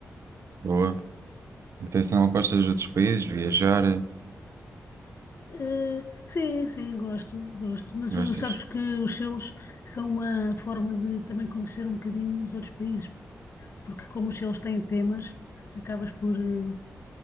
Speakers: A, on the right (about 65°); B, on the left (about 50°).
A: boa. Então, se não gostas de outros países, viajar, eh,
B: Eh, sim, sim, gosto, gosto. Mas
A: gostas?
B: eh, sabes que os selos são uma forma de também conhecer um bocadinho os outros países, porque como os selos têm temas, acabas por, eh,